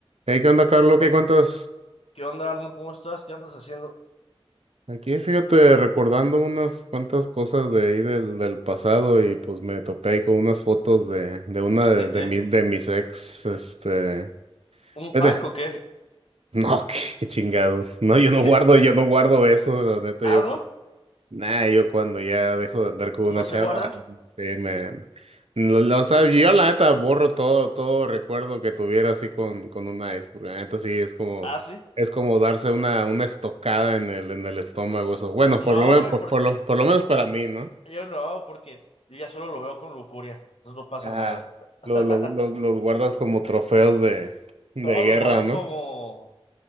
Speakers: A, on the right (about 90°); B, on the left (about 75°).
A: Hey, ¿qué onda, Carlos? ¿Qué cuentas?
B: ¿Qué onda, Arnold? ¿Cómo estás? ¿Qué andas haciendo?
A: Aquí, fíjate, recordando unas cuantas cosas de ahí del, del pasado y pues me topé ahí con unas fotos de, de una
B: ¿De
A: de, de,
B: qué?
A: mi- de mis ex, este...
B: ¿Un
A: Vete.
B: pack o qué?
A: No, <laughs> qué, qué chingados. No, yo
B: <laughs>
A: no guardo, yo no guardo eso, la neta,
B: ¿Ah,
A: yo...
B: no?
A: Nah, yo cuando ya dejo de andar con una
B: ¿No se
A: chava,
B: guardan?
A: sí, me, no, no, o sea, yo la neta borro todo, todo recuerdo que tuviera así con, con una ex, porque la neta sí es como,
B: ¿Ah, sí?
A: es como darse una, una estocada en el, en el estómago, eso. Bueno,
B: No,
A: por lo menos,
B: güey,
A: por,
B: porque
A: por lo, por lo menos para mí, ¿no?
B: yo no, porque yo ya solo lo veo con lujuria. Entonces no pasa
A: Ajá.
B: nada.
A: Los,
B: <laughs>
A: los, los, los guardas como trofeos de, de
B: No, los
A: guerra,
B: guardo
A: ¿no?
B: como,